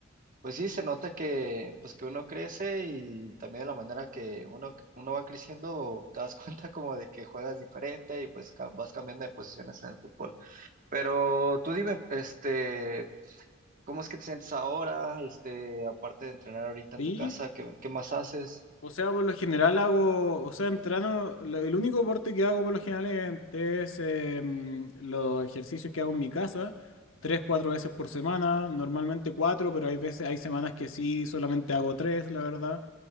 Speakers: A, on the right; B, on the left.
A: pues sí, se nota que, pues que uno crece y también de la manera que uno, uno va creciendo, te das <laughs> cuenta como de que juegas diferente y pues ca- vas cambiando de posiciones en el fútbol. Pero tú dime, este, ¿cómo es que te sientes ahora? Este, aparte de entrenar ahorita en
B: Sí.
A: tu casa, ¿qué, qué más haces?
B: O sea, por lo general hago, o sea, entreno, lo- el único deporte que hago por lo general es, es, eh, mm, los ejercicios que hago en mi casa, tres, cuatro veces por semana, normalmente cuatro, pero hay veces, hay semanas que sí, solamente hago tres, la verdad.